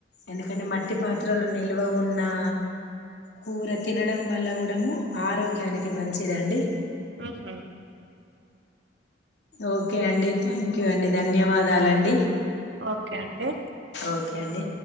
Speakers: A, on the left (about 70°); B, on the right (about 80°).
A: ఎందుకంటే మట్టి పాత్రలు నె నిల్వ ఉన్నా కూర తినడం వ వల్ల కూడము ఆరోగ్యానికి మంచిదండి
B: అహ్
A: ఓకే అండి థ్యాంక్ యూ అండి ధన్యవాదాలండి
B: ఓ కే అండి
A: ఓకే అండి